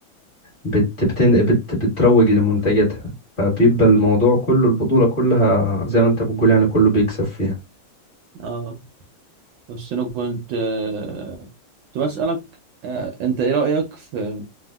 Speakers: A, on the left (about 35°); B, on the right (about 75°).
A: بت بتن... بت... بتروج لمنتجاتها فبيبقى الموضوع كله البطولة كلها زي ما انت بتقول يعني كله بيكسب فيها
B: آه بس أنا كنت آه كنت بسألك آه أنت إيه رأيك في